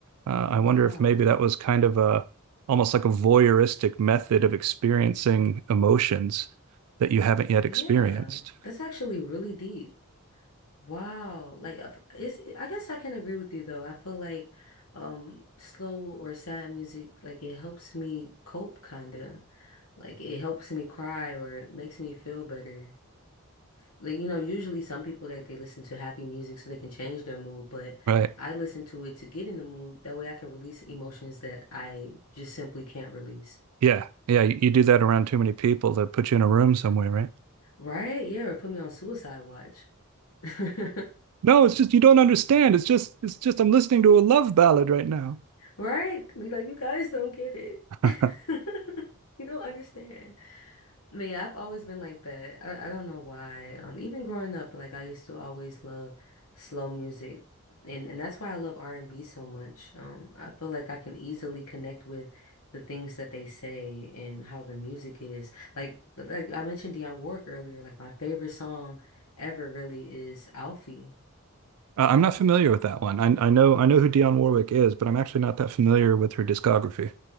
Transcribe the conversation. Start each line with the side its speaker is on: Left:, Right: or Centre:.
Right: Uh,
Left: Wow.
Right: I wonder if maybe that was kind of a, almost like a voyeuristic method of experiencing emotions that you haven't
Left: That-
Right: yet experienced.
Left: yeah. That's actually really deep. Wow. Like, if- it's, I guess I can agree with you though. I feel like um slow or sad music, like it helps me cope kind of. Like it helps me cry or it makes me feel better. Like, you know, usually some people that they listen to happy music so they can change their mood, but
Right: Right.
Left: I listen to it to get in the mood. That way I can release emotions that I just simply can't release.
Right: Yeah. Yeah. You, you do that around too many people, they'll put you in a room somewhere, right?
Left: Right? Yeah, or put me on suicide watch. <laughs>
Right: No, it's just you don't understand. It's just it's just I'm listening to a love ballad right now.
Left: Right? Like you guys don't get it.
Right: <laughs>
Left: <laughs> You don't understand. But yeah, I've always been like that. I, I don't know why. Um, even growing up, like I used to always love slow music, and and that's why I love R&B so much. Um, I feel like I can easily connect with the things that they say and how the music is. Like like I mentioned Dionne Warwick earlier. Like my favorite song ever really is Alfie.
Right: Uh, I'm not familiar with that one. I, I know I know who Dionne Warwick is, but I'm actually not that familiar with her discography.